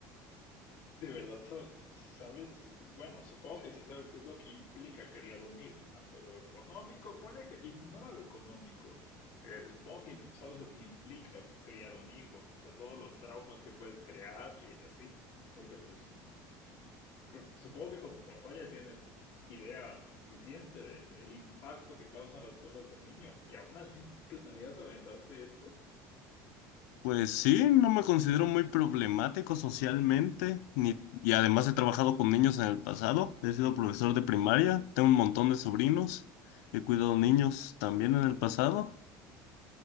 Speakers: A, on the left (about 65°); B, on the left (about 80°).
A: de verdad sabes, sabes, bueno, supongo que sí sabes qué es lo que implica criar un hijo, tanto lo económico, ponle que ignora lo económico. eh, supongo que sabes lo que implica criar un hijo, o sea, todos los traumas que puedes crear y así, porque pues mm, mm, creo- supongo que con tu papá ya tienes idea suficiente de- del impacto que causan las cosas de niño y aún así planeas aventarte esto.
B: Pues sí, no me considero muy problemático socialmente, ni, y además he trabajado con niños en el pasado, he sido profesor de primaria, tengo un montón de sobrinos, he cuidado niños también en el pasado,